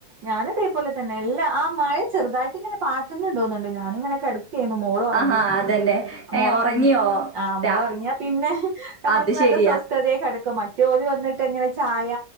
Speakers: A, on the right (about 45°); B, in the centre.
A: ഞാനു അതേപലെ തന്നെ എല്ല ആ മഴ ചെറുതായിട്ട് ഇങ്ങനെ പാറ്റുന്നുണ്ടോന്നുന്ന്ണ്ട് ഞാനും ഇങ്ങനെ കെട - ക്കേന്നു. മോള് ഒറങ്ങി
B: ആഹാ അതന്നെ.
A: മോള്
B: ഏ ഉറങ്ങിയോ?
A: ഒറങ്ങി ആഹ് മോളൊറങ്ങ്യാ
B: രാ
A: പിന്നെ- നമ്മക്ക്
B: അത്
A: നല്ല
B: ശരിയാ.
A: സ്വസ്ഥതയെ കെടക്കും മറ്റു ഓല് വന്നിട്ട് ഇങ്ങനെ ചായ